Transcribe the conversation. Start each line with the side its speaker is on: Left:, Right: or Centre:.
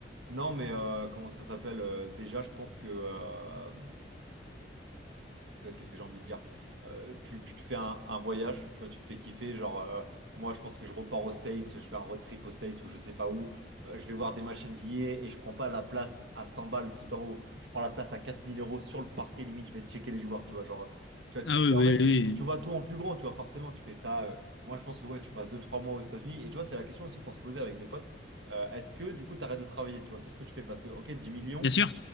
Right: Non mais euh, comment ça s'appelle euh, déjà je pense que euh, que- Qu'est-ce que j'ai envie de dire? Euh, tu, tu te fais un, un voyage, tu vois, tu te fais kiffer. Genre, euh, moi, je pense que je repars aux States, je fais un road trip aux States ou je sais pas où. Euh, je vais voir des machines billets et je prends pas la place à 100 balles tout en haut. Je prends la place à 4000 euros sur le parquet, limite, je vais checker les joueurs, tu vois. Genre, euh, tu vois, tu
Left: Ah
Right: te fais.
Left: oui,
Right: En
Left: oui,
Right: fait, tu,
Left: oui.
Right: tu vois tout en plus grand, tu vois, forcément, tu fais ça. euh, moi, je pense que ouais, tu passes deux trois mois aux États-Unis. Et tu vois, c'est la question aussi qu'on se posait avec des potes. Euh, est-ce que, du coup, tu arrêtes de travailler, tu vois? Qu'est-ce que tu fais? Parce que, ok, dix millions.
Left: Bien sûr.